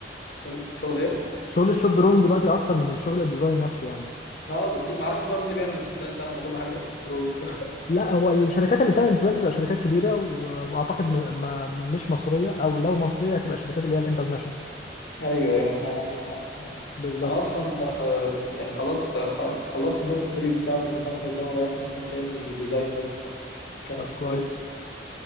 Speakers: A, on the left; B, on the left.
A: كل شغل ايه
B: شغل الشوب دروينج دلوقتي اكتر من الشغل الديزاين نفسه يعني
A: اه بكتير ما اعرفش بقى مين اللي بيعمل الديزاين ده لما كل حاجه بتشوف برو <laughs>
B: لا هو الشركات اللي بتعمل ديزاين بتبقى شركات كبيره و- واعتقد م... ما مش مصريه او لو مصريه هتبقى الشركات اللي هي الانترناشونال
A: ايوه ايوه انت عندك حق صح
B: بالظبط
A: انا اصلا آه، يعني خلاص آه، خ- خلصت النوتس بيريد بتاعتي في المكتب ده ورايح مكتب تاني ديزاين بس بقى عشان
B: طب كويس
A: عرفت